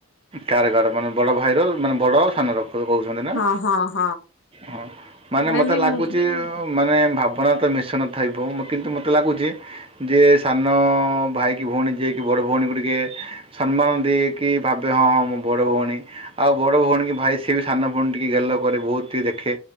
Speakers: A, on the right; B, on the left.
A: କାରଗର ମାନେ ବଡ ଭାଇର ମାନେ ବଡ ସାନ ର କହୁଛନ୍ତି ନା।
B: ହଁ ହଁ।
A: ହଁ ମାନେ
B: ମେ
A: ମୋତେ
B: ବି
A: ଲାଗୁଛି,
B: ହୁଁ
A: ମାନେ ଭାବନା ତ ମିଶୁ ନଥାଇବ କିନ୍ତୁ ମୋତେ ଲାଗୁଛି। ଯିଏ ସାନ ଭାଇ କି ଭଉଣୀ ଯିଏ କି ବଡ଼ ଭଉଣୀକୁ ଟିକେ ସମ୍ମାନ ଦେଇକି ଭାବେ ହଁ ହଁ ମୁଁ ବଡ଼ ଭଉଣୀ। ଆଉ ବଡ ଭଉଣୀ କି ଭାଇ ସିଏ ବି ସାନ ଭଉଣୀ ଟିକେ ଗେଲ କରେ ବହୁତ ଟିକେ ଦେଖେ